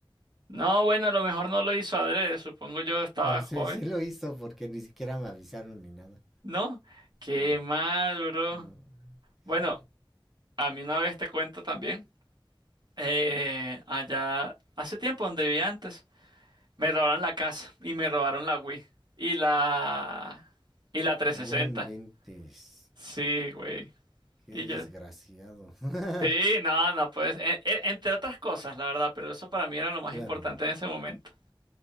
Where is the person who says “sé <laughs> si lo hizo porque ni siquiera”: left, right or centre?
Centre